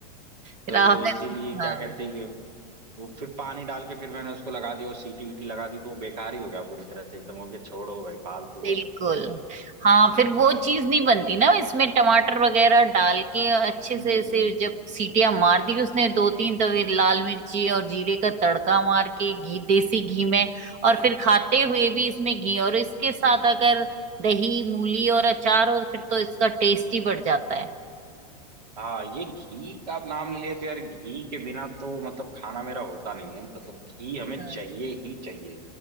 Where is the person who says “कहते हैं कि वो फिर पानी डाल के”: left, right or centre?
Right